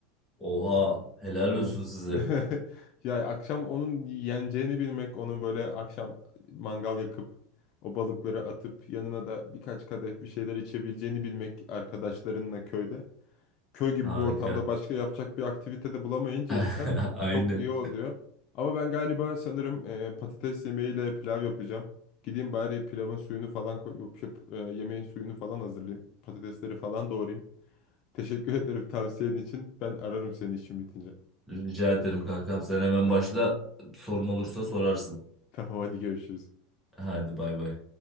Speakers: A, in the centre; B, on the left (about 50°).
A: Oha, helal
B: Evet.
A: olsun size.
B: <laughs> Ya akşam onun yeneceğini bilmek, onu böyle akşam mangal yakıp o balıkları atıp yanına da birkaç kadeh bir şeyler içebileceğini bilmek arkadaşlarınla köyde köy gibi
A: Harika.
B: bir ortamda başka yapacak bir aktivite de bulamayınca
A: <laughs>
B: insan
A: Aynen.
B: çok iyi oluyor. Ama ben galiba sanırım e, patates yemeğiyle pilav yapacağım. Gideyim bari pilavın suyunu falan koyup yap- e, yemeğin suyunu falan hazırlayayım. Patatesleri falan doğrayayım. Teşekkür <laughs> ederim tavsiyen için. Ben ararım seni işim bitince.
A: Rica ederim kankam. Sen hemen
B: Tamam.
A: başla. Sorun olursa sorarsın.
B: Tamam hadi görüşürüz.
A: Hadi bay bay.